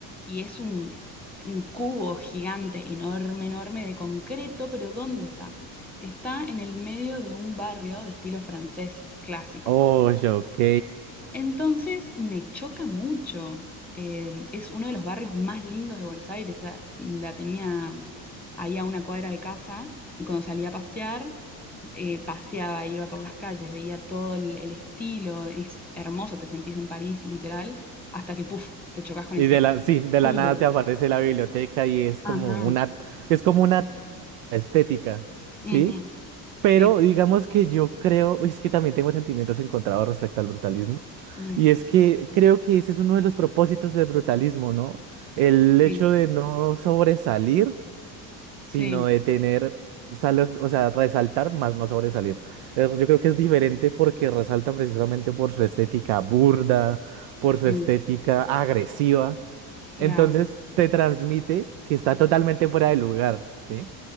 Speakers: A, in the centre; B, on the right.
A: y es un, un cubo gigante, enorme, enorme, de concreto, pero ¿dónde está? Está en el medio de un barrio de estilo francés clásico.
B: Oh, ya, ok.
A: Entonces me choca mucho. Eh, es uno de los barrios más lindos de Buenos Aires. O sea, la tenía ahí a una cuadra de casa y cuando salía a pasear, eh, paseaba, iba por las calles, veía todo el, el estilo. Es hermoso, te sentís en París, literal, hasta que, puf, te chocas con
B: Y
A: ese
B: de la, sí, de
A: cubo.
B: la nada te aparece la biblioteca y es
A: Ajá.
B: como una, es como una estética, ¿sí?
A: Ujú.
B: Pero
A: Sí,
B: digamos que yo creo, es que también tengo sentimientos encontrados respecto al brutalismo,
A: mm,
B: y es que creo que ese es uno de los propósitos del brutalismo, ¿no? El hecho
A: sí,
B: de no sobresalir sino
A: sí,
B: de tener, salas- o sea, resaltar más no sobresalir. Es- Yo creo que es diferente porque resalta precisamente por su estética burda, por su
A: sí,
B: estética agresiva.
A: claro.
B: Entonces te transmite que está totalmente fuera de lugar, ¿sí?